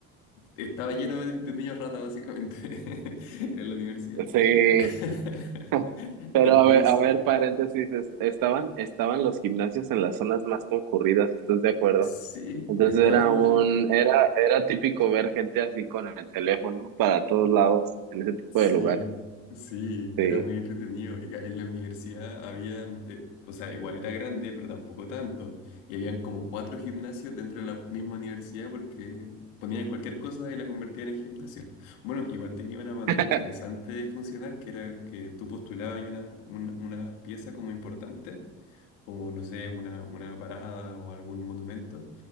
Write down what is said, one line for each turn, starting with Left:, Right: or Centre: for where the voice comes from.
Left: estaba lleno de, de niños ratas básicamente <laughs> en la universidad.
Right: sí.
Left: <laughs>
Right: <laughs> Pero
Left: Entonces,
Right: a ver, a ver, paréntesis, es- estaban, estaban los gimnasios en las zonas más concurridas, ¿estás de acuerdo?
Left: sí,
Right: Entonces
Left: estaban...
Right: era un,
Left: eh,
Right: era, era típico ver gente así con el teléfono para todos lados en ese tipo
Left: Sí,
Right: de lugares.
Left: sí,
Right: Sí,
Left: era muy entretenido. Y ca- en la universidad habían, eh, o sea, igual era grande, pero tampoco tanto. Y habían como cuatro gimnasios dentro de la misma universidad porque ponían cualquier cosa y la convertían en gimnasio. Bueno, igual tenía una manera
Right: <laughs>
Left: interesante de funcionar, que era que tú postulabas y una, un- una pieza como importante, como, no sé, una, una parada o algún monumento,